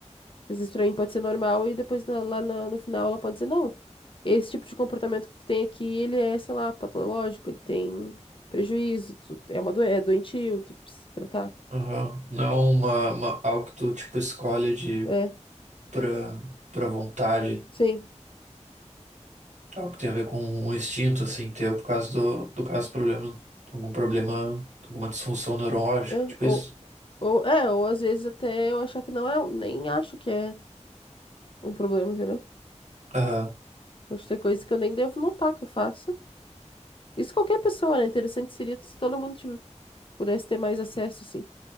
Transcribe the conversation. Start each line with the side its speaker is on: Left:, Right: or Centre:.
Left: Às vezes pra mim pode ser normal e depois na- lá na- no final ela pode dizer, não, esse tipo de comportamento que tu tem aqui, ele é, sei lá, patológico, ele tem prejuízo, tu, é uma doen- é doentio, tu precisa tratar.
Right: Aham. Não é uma, uma- algo que tu, tipo, escolhe de
Left: É,
Right: pra, pra vontade.
Left: sim.
Right: tá? Algo que tem a ver com um instinto, assim, teu, por causa do, do caso, problema, algum problema, alguma disfunção neurológica,
Left: É,
Right: tipo
Left: ou,
Right: isso.
Left: ou, é, ou às vezes até eu achar que não é, um- nem acho que é um problema, entendeu?
Right: Aham.
Left: Pode ter coisas que eu nem devo notar que eu faço. Isso qualquer pessoa, né? Interessante seria se todo mundo tive- pudesse ter mais acesso, assim.